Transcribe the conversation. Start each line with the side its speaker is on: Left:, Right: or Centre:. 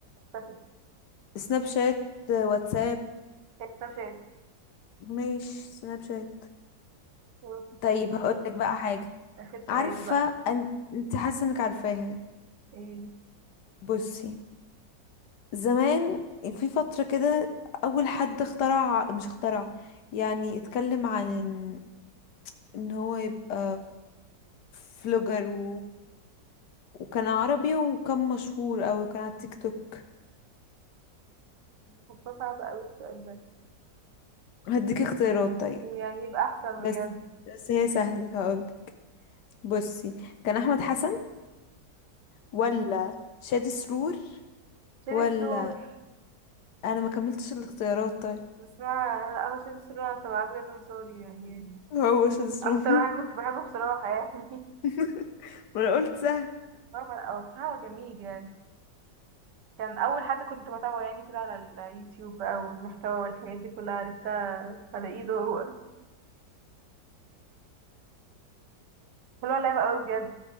Right: اختفت
Left: سناب شات واتساب
Right: كانت سناب شات
Left: مش سناب شات
Right: اوكي
Left: طيب هقولك بقى حاجة
Right: اخر سؤال
Left: عارفة
Right: بقى
Left: أن... انت
Right: <laughs>
Left: حاسة انك عارفاها
Right: ايه
Left: بصي زمان في فترة كده أول حد اخترع مش اخترع يعني اتكلم عن ان, إن هو يبقى فلوجر و... وكان عربي وكان مشهور أوي وكان على التيك توك
Right: هو صعب اوي السؤال ده
Left: هديك اختيارات طيب
Right: يعني يبقى احسن
Left: بس
Right: بجد
Left: بس هي سهلة هقولك بصي كان أحمد حسن ولا شادي سرور
Right: شيل
Left: ولا
Right: سرور
Left: انا ما كملتش الاختيارات طيب
Right: بس انا لا هو شادي سلوم انا بتابعه بجد من صغري يعني
Left: هو سدس
Right: اكتر
Left: روم
Right: واحد كنت بحبه بصراحة يعني <laughs>
Left: <laughs> وانا قلت سهل
Right: هو هو بصراحة هو جميل يعني كان اول حد كنت بتابعه يعني كده على اليوتيوب بقى والمحتوى والحاجات دي كلها عرفتها على ايده هو هو لعب قوي بجد